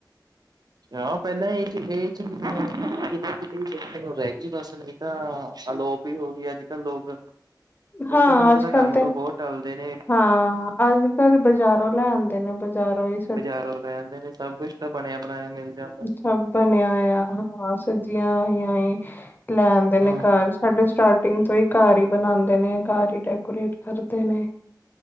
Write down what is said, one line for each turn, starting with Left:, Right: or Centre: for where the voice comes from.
Right: ਆ ਪਹਿਲਾਂ ਇਹ ਚੀ ਇਹ ਚੀਜ਼ <unintelligible> ਰਹਿ ਗਈ ਬੱਸ ਤਾਂ ਅਲੋਪ ਹੀ ਹੋ ਗਈ ਅੱਜ ਕੱਲ ਲੋਕ ਕੁਛ
Left: ਹਾਂ
Right: ਤਾਂ ਤੁਹਾਨੂੰ
Left: ਅੱਜ
Right: ਪਤਾ
Left: ਕੱਲ
Right: ਕੰਮ
Left: ਤੇ
Right: ਤੋਂ ਬਹੁਤ ਟਲਦੇ ਨੇ
Left: ਹਾਂ ਅੱਜ ਕੱਲ ਬਜਾਰੋਂ ਲੈ ਆਂਦੇ ਬਜਾਰੋਂ ਇਹ
Right: ਬਜ਼ਾਰੋਂ ਲੈ ਆਂਦੇ ਨੇ ਸਭ ਕੁਛ ਤਾਂ ਬਣਿਆ ਬਣਾਇਆ ਮਿਲ ਜਾਂਦਾ।
Left: ਸਭ ਬਣਿਆ ਹੋਇਆ ਆ ਹਾਂ ਸਬਜ਼ੀਆਂ ਹੋਈਆ ਹੋਈਆ ਲੈ ਆਉਂਦੇ ਨੇ
Right: ਹੂੰ
Left: ਘਰ। ਸਾਡੇ ਸਟਾਰਟਿੰਗ ਤੋਂ ਹੀ ਘਰ ਬਣਾਉਂਦੇ ਨੇ ਘਰ ਹੀ ਡੈਕੋਰੇਟ ਕਰਦੇ ਨੇ